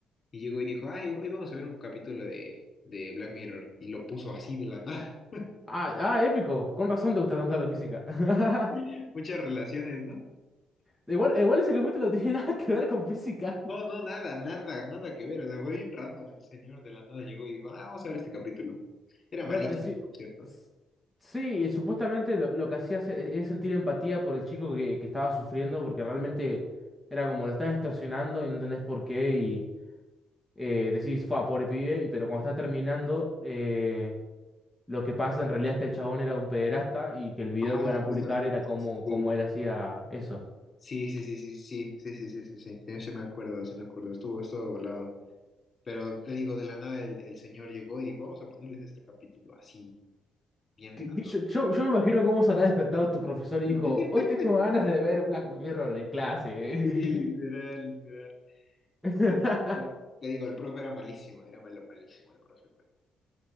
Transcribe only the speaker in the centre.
Ah, ah, épico. Con razón te gusta tanto la física. <laughs>
Igual, igual ese capítulo no tiene <laughs> nada que ver con física.
Claro,
en sí.
s- Sí, supuestamente lo, lo que hacía es, es sentir empatía por el chico que, que estaba sufriendo porque realmente era como lo están extorsionando y no entendés por qué y eh, decís, fa, pobre pibe, y- pero cuando está terminando... eh, Lo que pasa en realidad es que el chabón era un pederasta y que el video
que iban a
publicar era como,
como él hacía eso.
Yo, yo, yo me imagino cómo se habrá despertado tu profesor y
dijo, hoy tengo ganas de ver Black Mirror en clase.
<laughs>